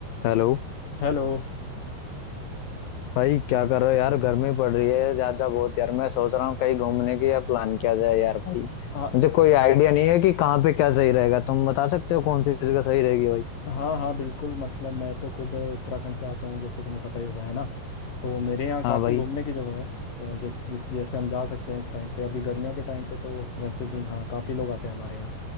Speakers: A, on the left (about 70°); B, on the left (about 55°).
A: Hello
B: Hello
A: भाई क्या कर रहे हो यार गर्मी पड़ रही है ज्यादा बहुत यार मैं सोच रहा हूँ कहीं घूमने की यार प्लान किया जाए यार भाई
B: हाँ
A: मुझे कोई आइडिया नहीं है कि कहाँ पे क्या सही रहेगा तुम बता सकते हो कौन सी जगह सही रहेगी भाई
B: हाँ हाँ बिल्कुल मतलब मैं तो खुद उत्तराखंड से आता हूँ जैसे तुम्हें पता ही होगा है ना तो मेरे यहाँ काफ़ी
A: हाँ भाई
B: घूमने की जगह है तो जिस जिस जैसे हम जा सकते हैं इस टाइम पे अभी गर्मियों के टाइम पे तो वैसे भी हाँ काफ़ी लोग आते हैं हमारे यहाँ